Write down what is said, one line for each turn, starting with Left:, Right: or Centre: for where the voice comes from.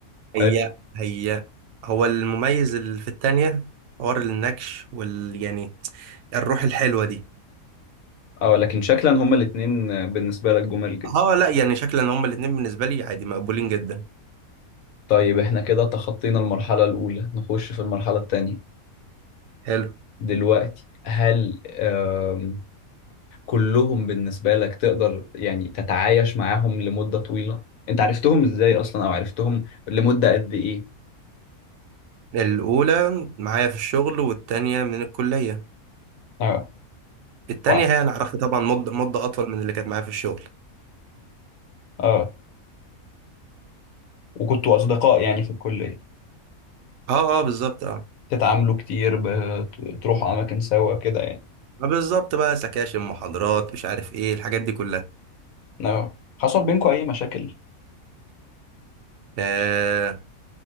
Left: فاهم
Right: هي هي هو المميز اللي في التانية حوار النكش وال يعني الروح الحلوة دي
Left: اه لكن شكلا هما الاتنين آه، بالنسبة لك جمال جدا
Right: اه لا يعني شكلا هما الاتنين بالنسبة لي عادي مقبولين جدا
Left: طيب احنا كده تخطينا المرحلة الأولى نخش في المرحلة التانية
Right: حلو
Left: دلوقتي هل آم، كلهم بالنسبة لك تقدر يعني تتعايش معاهم لمدة طويلة انت عرفتهم ازاي اصلا او عرفتهم لمدة قد ايه
Right: الأولى معايا في الشغل والتانية من الكلية
Left: اه
Right: التانية
Left: و-
Right: هي أنا أعرفها طبعا مدة مدة أطول من اللي كانت معايا في الشغل
Left: اه وكنتوا اصدقاء يعني في الكليه
Right: اه اه بالظبط اه
Left: تتعاملوا كتير بتروحوا اماكن سوا كده يعني
Right: آه، بالظبط بقى سكاشن محاضرات مش عارف ايه الحاجات دي كلها
Left: اه حصل بينكم اي مشاكل
Right: آه